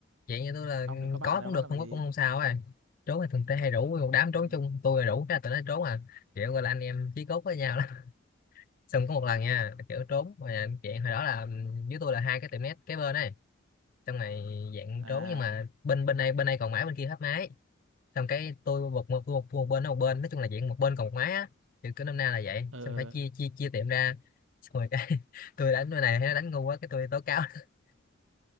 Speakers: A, on the left (about 45°); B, on the right (about 80°).
A: dạng như tôi là
B: ông đừng có bạn
A: có cũng
B: ông nó
A: được
B: làm
A: không
B: gì
A: có cũng không sao à trốn thì thường tê hay rủ một đám trốn
B: ừ.
A: chung tôi rủ cái là tụi nó trốn à kiểu gọi là anh em chí cốt với nhau lắm <laughs> xong có một lần nha kiểu trốn mà dạng hồi đó là ừ, dưới tôi là hai cái tiệm nét kế bên này xong này dạng
B: à
A: trốn nhưng mà bên bên đây bên đây còn mãi bên kia hết máy xong cái tôi một một, một, một bên nó một bên nói chung là dạng một bên còn một máy á kiểu cứ năm nay là vậy
B: ờ
A: xong phải chia chia chia tiệm ra xong rồi cái <laughs> tôi đánh cái này thấy nó đánh ngu quá cái tôi tố cáo <laughs>